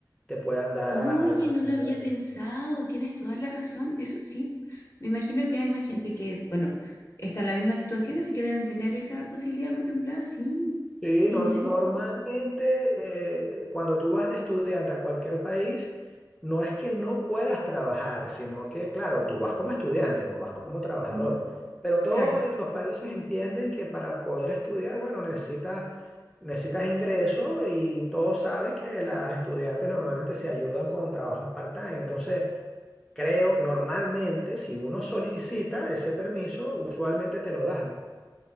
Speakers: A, in the centre; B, on the left.
A: te puedan dar
B: Oye,
A: a, a- algún
B: no lo había
A: permiso.
B: pensado, tienes toda la razón, eso sí. Me imagino que hay más gente que, bueno, está en la misma situación, así que deben tener esa posibilidad contemplada, sí.
A: Sí,
B: Genial.
A: nor- normalmente eh, cuando tú vas de estudiante a cualquier país, no es que no puedas trabajar, sino que, claro, tú vas como estudiante, no vas como trabajador.
B: Ujú,
A: Pero todos
B: Claro.
A: eh, los países entienden que para poder estudiar, bueno, necesitas, necesitas ingreso y todos saben que las estudiantes normalmente se ayudan con trabajos part-time. Entonces, creo, normalmente, si uno solicita ese permiso, usualmente te lo dan.